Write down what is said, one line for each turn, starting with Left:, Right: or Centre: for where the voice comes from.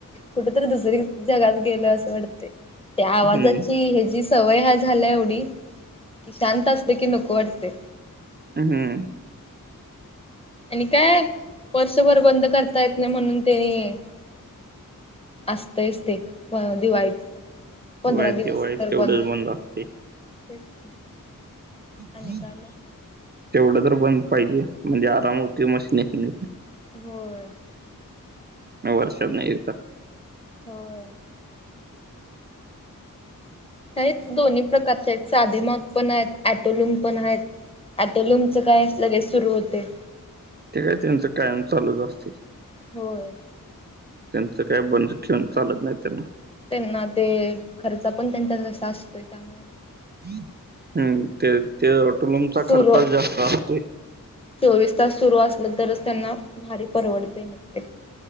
Left: कुठ तरी दुसरी जगात गेल असं वाटते. त्या आवाजाची
Right: हम्म
Left: हे जी सवय हा झाल्या एवढी, कि शांत असते की नको वाटते.
Right: अ हम्म.
Left: आणि काय वर्षभर बंद करता येत, नाही म्हणून तेनी. असतंय च ते दिवाळीत. पंधरा
Right: व
Left: दिवस
Right: दिवाळीत
Left: तर
Right: तेवढंच
Left: बंद
Right: असते
Left: तेच की. आणि
Right: तेवढं
Left: काय मग
Right: तर बंद पाहिजे म्हणजे, आराम होतंय मशनिशनी.
Left: होय
Right: या वर्षात नाही येता.
Left: होय. हायत दोन्ही प्रकारचे आहेत, साधे माग पण आहेत. अॅटोलूम पण आहेत. अॅटोलुमचं काय लगेच सुरू होते.
Right: ते काय त्यांचं कायम चालूच असते.
Left: होय.
Right: त्यांचं काय बंद ठेवून चालत नाही त्यांना.
Left: त्यांना ते खर्चा पण त्यांचा जसा असतोय त्यामुळे.
Right: हम्म, ते अॅटलूमचा
Left: सुरू
Right: खर्चाचं जास्त असतोय.
Left: चोवीस तास सुरू असलं तरच, त्यांना भारी परवडतेय मग ते.